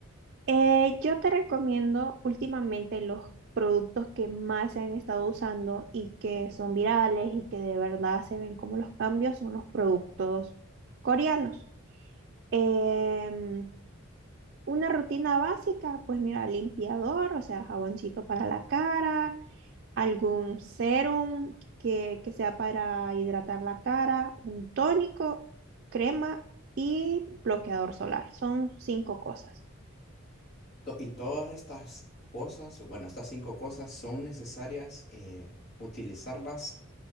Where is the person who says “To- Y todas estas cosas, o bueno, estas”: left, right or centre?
Left